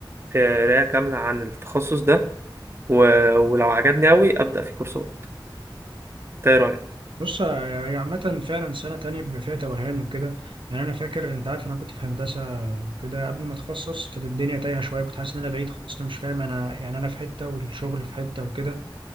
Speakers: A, on the right (about 30°); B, on the right (about 80°).
A: آه، قراية كاملة عن التخصص ده و... ولو عجبني اوي ابدأ في كورسات إنت ايه رأيك
B: بص هي عامة فعلا سنة تانية بيبقى فيها توهان وكده يعني أنا فاكر أنت عارف أنا كنت في هندسة وكده قبل ما أتخصص كانت الدنيا تايهة شوية كنت حاسس إن أنا بعيد خالص أنا مش فاهم أنا يعني أنا في حتة والشغل في حتة وكده